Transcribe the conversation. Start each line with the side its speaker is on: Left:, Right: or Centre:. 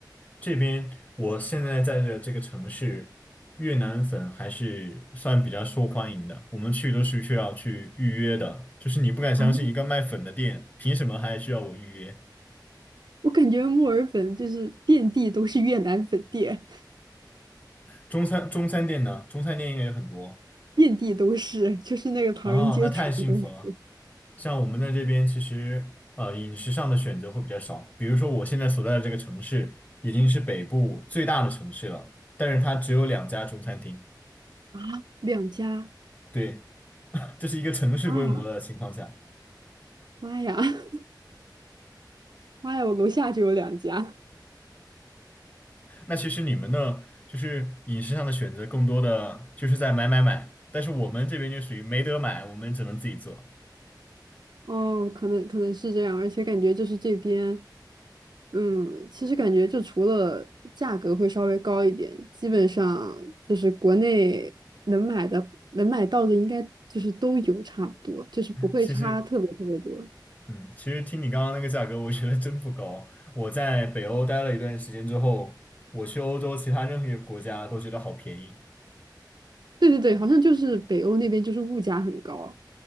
Left: 这边我现在在的这个城市，越南粉还是算比较受欢迎的。我们去都是需要去预约的，就是你不敢相信一个卖粉的店，
Right: 啊，
Left: 凭什么还需要我预约？
Right: 我感觉墨尔本就是遍地都是越南粉店，
Left: 中餐中餐店呢？中餐店应该有很多。
Right: 遍地都是，就是那个唐人街全部都是
Left: 哦，那太幸福了。像我们在这边，其实呃饮食上的选择会比较少。比如说我现在所在的这个城市已经是北部最大的城市了，但是它只有两家中餐厅。
Right: 啊，两家，
Left: 对，<laughs> 这是一个城市规模的情况下。
Right: 妈呀！妈呀，<laughs> 妈呀，我楼下就有两家。
Left: 那其实你们呢，就是饮食上的选择更多的就是在买买买，但是我们这边就属于没得买，我们只能自己做。
Right: 哦，可能可能是这样，而且感觉就是这边，嗯，其实感觉就除了价格会稍微高一点，基本上就是国内能买的能买到的应该就是都有差不多，就是不会差特别特别多。
Left: 其实。嗯，其实听你刚刚那个价格，我觉得真不高。我在北欧待了一段时间之后，我去欧洲其他任何一个国家都觉得好便宜。
Right: 对对对，好像就是北欧那边就是物价很高。